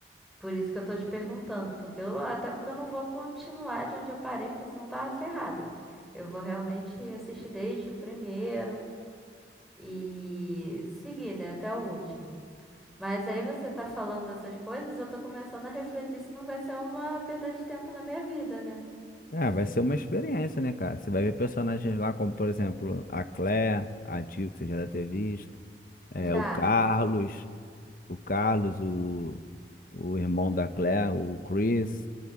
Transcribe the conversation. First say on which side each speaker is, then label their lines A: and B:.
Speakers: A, in the centre; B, on the left.
A: Por isso que eu tô te perguntando, porque eu, até porque eu não vou continuar de onde eu parei, porque senão eu tava ferrada. Eu vou realmente assistir desde o primeiro e seguir, né, até o último. Mas aí você tá falando essas coisas, eu tô começando a refletir se não vai ser uma perda de tempo na minha vida, né?
B: É, vai ser uma experiência, né, cara? Você vai ver personagens lá como, por exemplo, a Claire, a Jill, que você já deve ter visto, é,
A: Já.
B: o Carlos, o Carlos, o, o irmão da Claire, o Chris,